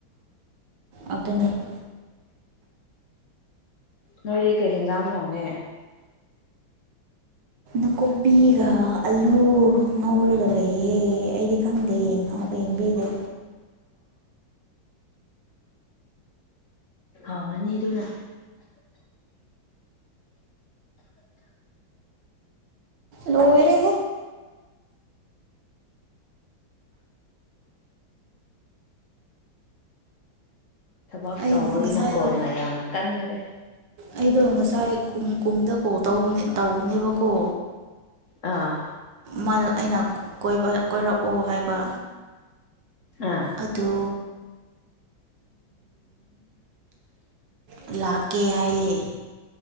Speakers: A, on the right; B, on the left.
A: ꯑꯗꯨꯗꯅꯤ
B: ꯅꯣꯏꯗꯤ ꯀꯩ ꯌꯦꯦꯟꯖꯥꯡ ꯊꯣꯡꯉꯦ
A: ꯑꯀꯨꯞꯄꯤꯒ ꯑꯂꯨ ꯉꯧꯔꯒ ꯂꯩꯌꯦꯦ ꯑꯩꯗꯤ ꯈꯪꯗꯦ ꯌꯦꯡꯕꯤꯗꯦ
B: ꯐꯥꯎꯔꯅꯤ ꯑꯗꯨꯅ
A: ꯅꯣ ꯔ ꯍꯦ
B: ꯊꯕꯛ
A: ꯑꯩ
B: ꯇꯧꯕꯒꯤ
A: ꯉꯁꯥꯏꯗꯣ
B: ꯃꯈꯣꯅ ꯌꯥꯝꯅ ꯀꯟꯈ꯭ꯔꯦ
A: ꯑꯩꯗꯣ ꯉꯁꯥꯏ ꯀꯨꯝꯗ ꯀꯣ ꯇ ꯇꯧꯕꯅꯦꯕꯀꯣ
B: ꯑꯥ
A: ꯃꯥꯅ ꯑꯩꯅ ꯀꯣꯏꯔꯛꯑꯣ ꯍꯥꯏꯕ
B: ꯑꯥ
A: ꯑꯗꯨ ꯎ ꯂꯥꯛꯀꯦ ꯍꯥꯏꯌꯦꯦ